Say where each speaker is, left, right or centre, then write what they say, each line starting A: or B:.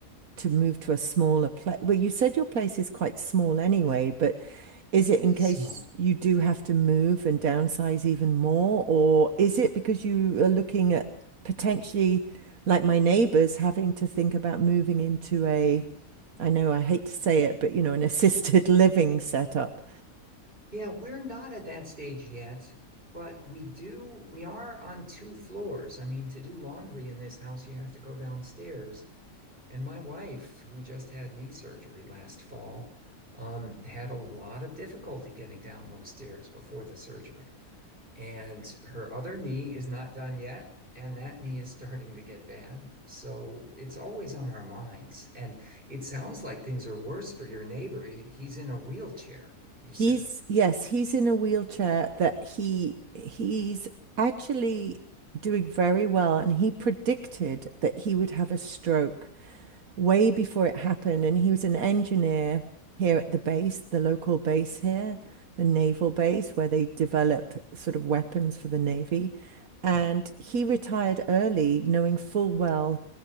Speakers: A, on the right (about 80°); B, on the right (about 35°).
A: to move to a smaller place? Well, you said your place is quite small anyway, but is
B: it
A: it in
B: is
A: case
B: small.
A: you do have to move and downsize even more, or is it because you are looking at potentially, like my neighbors, having to think about moving into a, I know I hate to say it, but you know, an <laughs> assisted living setup.
B: Yeah, we're not at that stage yet, but we do, we are on two floors. I mean, to do laundry in this house, you have to go downstairs. And my wife, who just had knee surgery last fall, um, had a lot of difficulty getting down those stairs before the surgery. And her other knee is not done yet, and that knee is starting to get bad. So it's always on our minds. And it sounds like things are worse for your neighbor. He's in a wheelchair, you
A: He's,
B: said.
A: yes, he's in a wheelchair that he he's actually doing very well, and he predicted that he would have a stroke way before it happened. And he was an engineer here at the base, the local base here, the naval base, where they develop sort of weapons for the Navy. And
B: Mhm,
A: he retired early, knowing full well